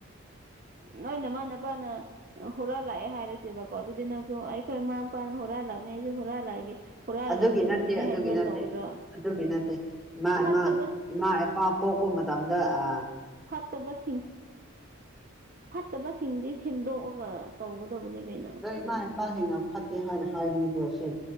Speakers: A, on the right (about 40°); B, in the centre.
A: ꯅꯣꯏ ꯅꯃꯅꯄꯥꯅ ꯍꯨꯔꯜꯂꯛꯑꯦ ꯍꯥꯏꯔꯁꯦꯕꯀꯣ ꯑꯗꯨꯗꯤ ꯅꯪꯁꯨ ꯑꯩꯈꯣꯏ ꯃꯃꯥ ꯃꯄꯥꯅ ꯍꯨꯔꯜꯂꯛꯅꯦ ꯑꯩꯁꯨ ꯍꯨꯔꯛꯜꯂꯛꯑꯒꯦ ꯍꯨꯔꯥꯔꯒ
B: ꯑꯗꯨꯒꯤ
A: ꯍꯤꯡꯗꯣꯏꯅꯤ
B: ꯅꯠꯇꯦ ꯑꯗꯨꯒꯤ
A: ꯑꯗꯨꯃꯥꯏꯅ
B: ꯅꯠꯇꯦ
A: ꯇꯧꯒꯗ꯭ꯔꯣ
B: ꯑꯗꯨꯒꯤ ꯅꯠꯇꯦ ꯏꯃꯥ
A: ꯐꯠꯇꯕ
B: ꯏꯃꯥ ꯏꯃꯥ ꯏꯄꯥ ꯄꯣꯛꯄ ꯃꯇꯝꯗ ꯑ
A: ꯐꯠꯇ ꯄ ꯁꯤ ꯐꯠꯇꯕꯁꯤꯡꯗꯤ ꯁꯦꯝꯗꯣꯛꯑꯒ ꯇꯧꯒꯗꯕꯅꯤ ꯀꯩꯅꯣ
B: ꯑꯗꯣ ꯏꯃꯥ ꯏꯄꯥꯈꯅ ꯐꯠꯇꯦ ꯍꯥꯏꯅ ꯍꯥꯏꯕꯤꯕ꯭ꯔꯣꯁꯦ